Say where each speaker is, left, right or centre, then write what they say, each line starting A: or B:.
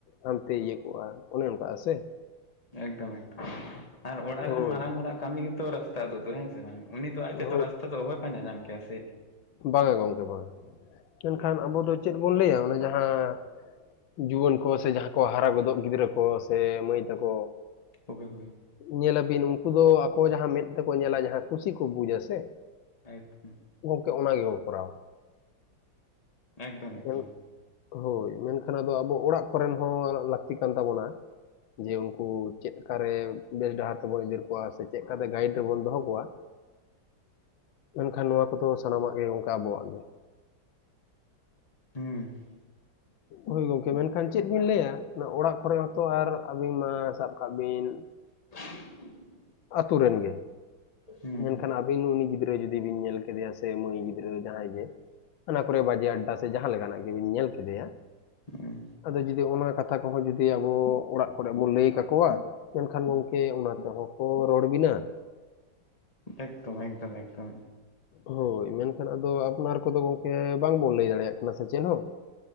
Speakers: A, on the left; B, on the left.
A: ᱦᱟᱱᱛᱮ ᱤᱭᱟᱹ ᱠᱚᱜᱼᱟ ᱚᱱᱮ ᱚᱱᱠᱟ ᱟ ᱥᱮ᱾
B: ᱮᱠᱫᱚᱢ ᱮᱠᱫᱚᱢ ᱟᱨ ᱚᱲᱟᱜ
A: ᱦᱳᱭ
B: ᱨᱮᱱ ᱢᱟᱨᱟᱝ ᱦᱚᱲᱟᱜ ᱠᱟᱹᱢᱤ ᱜᱮᱛᱚ ᱨᱟᱥᱼᱼ ᱛᱟ ᱩᱫᱩ ᱫᱚ ᱦᱮᱥᱮ ᱩᱱᱤ ᱫᱚ ᱟᱡᱛᱮᱫᱚ
A: ᱦᱳᱭ
B: ᱨᱟᱥᱛᱟ ᱫᱚ ᱚᱦᱚᱭ ᱯᱟᱸᱡᱟ ᱧᱟᱢ ᱠᱮᱭᱟᱥᱮ᱾
A: ᱵᱟᱝᱟ ᱜᱚᱢᱠᱮ ᱵᱟᱝᱼᱟ ᱢᱮᱱᱠᱷᱟᱱ ᱟᱵᱚ ᱫᱚ ᱪᱮᱫ ᱵᱚᱱ ᱞᱟᱹᱭᱟ ᱚᱱᱮ ᱡᱟᱦᱟᱸ ᱡᱩᱣᱟᱹᱱ ᱠᱚ ᱥᱮ ᱡᱟᱦᱟᱸ ᱠᱚ ᱦᱟᱨᱟ ᱜᱚᱫᱚᱜ ᱜᱤᱫᱽᱨᱟᱹ ᱠᱚ ᱥᱮ ᱢᱟᱹᱭ ᱛᱟᱠᱚ
B: ᱦᱳᱭ ᱦᱳᱭ,
A: ᱧᱮᱞᱟᱵᱤᱱ ᱩᱱᱠᱩ ᱫᱚ ᱟᱠᱚ ᱡᱟᱦᱟᱸ ᱢᱮᱸᱫ ᱛᱮᱠᱚ ᱧᱮᱞᱟ ᱡᱟᱦᱟᱸ ᱠᱩᱥᱤ ᱠᱚ ᱵᱩᱡᱟ ᱥᱮ᱾
B: <inaudible>
A: ᱜᱚᱝᱠᱮ ᱚᱱᱟ ᱜᱮᱵᱚᱱ ᱠᱚᱨᱟᱣᱟ᱾
B: ᱮᱠᱫᱚᱢ ᱮᱠᱫᱚᱢ,
A: ᱢᱮᱱ- ᱦᱳᱭ, ᱢᱮᱱᱠᱷᱟᱱ ᱟᱫᱚ ᱟᱵᱚ ᱚᱲᱟᱜ ᱠᱚᱨᱮᱱ ᱦᱚᱸ ᱞᱟᱹᱠᱛᱤ ᱠᱟᱱ ᱛᱟᱵᱚᱱᱟ᱾ ᱡᱮ ᱩᱱᱠᱩ ᱪᱮᱫᱠᱟᱨᱮ ᱵᱮᱥ ᱰᱟᱦᱟᱨ ᱛᱮᱵᱚᱱ ᱤᱫᱤ ᱠᱚᱣᱟ ᱥᱮ ᱪᱮᱜ ᱠᱟᱛᱮ ᱜᱟᱭᱤᱰ <unintelligible> ᱨᱮᱵᱚᱱ ᱫᱚᱦᱚ ᱠᱚᱣᱟ᱾ ᱢᱮᱱᱠᱷᱟᱱ ᱱᱚᱣᱟ ᱠᱚᱫᱚ ᱥᱟᱱᱟᱢᱟᱜ ᱜᱮ ᱜᱚᱝᱠᱮ ᱟᱵᱚᱣᱟᱜ ᱜᱮ᱾
B: ᱦᱩᱸ
A: ᱦᱳᱭ ᱜᱚᱝᱠᱮ ᱢᱮᱱᱠᱷᱟᱱ ᱪᱮᱫ ᱵᱤᱱ ᱞᱟᱹᱭᱟ ᱚᱲᱟᱜ ᱠᱚᱨᱮᱜ ᱦᱚᱸᱛᱚ ᱟᱨ ᱟᱹᱵᱤᱱ ᱢᱟ ᱥᱟᱵ ᱠᱟᱜ ᱵᱤᱱ
B: <inaudible>
A: ᱟᱛᱳ ᱨᱮᱱ ᱜᱮ,
B: ᱦᱩᱸ
A: ᱢᱮᱱᱠᱷᱟᱱ
B: ᱦᱩᱸ
A: ᱟᱹᱵᱤᱱ ᱩᱱᱤ ᱜᱤᱫᱽᱨᱟᱹ ᱡᱩᱫᱤ ᱵᱤᱱ ᱧᱮᱞ ᱠᱮᱫᱮᱭᱟ ᱥᱮ, ᱥᱮ ᱢᱟᱹᱭ ᱜᱤᱫᱽᱨᱟᱹ ᱡᱟᱦᱟᱸᱭ ᱜᱮ ᱚᱱᱟ ᱠᱚᱨᱮ ᱵᱟᱡᱮ ᱟᱰᱰᱟ ᱥᱮ ᱡᱟᱦᱟᱸ ᱞᱮᱠᱟᱱᱟᱜ ᱜᱮᱵᱤᱱ ᱧᱮᱞ ᱠᱮᱫᱮᱭᱟ᱾
B: ᱦᱩᱸ
A: ᱟᱫᱚ ᱡᱩᱫᱤ ᱚᱱᱟ ᱠᱟᱛᱷᱟ ᱠᱚᱦᱚᱸ ᱡᱩᱫᱤ ᱟᱵᱚ ᱚᱲᱟᱜ ᱠᱚᱨᱮᱜ ᱵᱚᱱ ᱞᱮᱭ ᱠᱟᱠᱚᱣᱟ ᱢᱮᱱᱠᱷᱟᱱ ᱜᱚᱝᱠᱮ ᱚᱱᱟ ᱛᱮᱦᱚᱸ ᱠᱚ ᱨᱚᱲ ᱵᱤᱱᱟ᱾
B: ᱮᱠᱫᱚᱢ ᱮᱠᱫᱚᱢ ᱮᱠᱫᱚᱢ᱾
A: ᱦᱳᱭ ᱢᱮᱱᱠᱷᱟᱱ ᱟᱫᱚ ᱟᱯᱱᱟᱨ ᱠᱚᱫᱚ ᱜᱚᱝᱠᱮ ᱵᱟᱝᱵᱚᱱ ᱞᱮᱭ ᱫᱟᱲᱮᱭᱟᱜ ᱠᱟᱱᱟ ᱥᱮ ᱪᱮᱫ ᱦᱚᱸ᱾